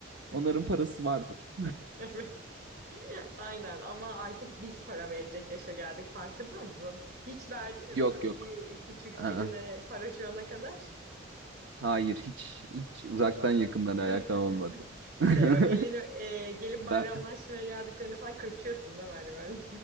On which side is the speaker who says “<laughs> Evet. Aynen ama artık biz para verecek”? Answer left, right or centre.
Right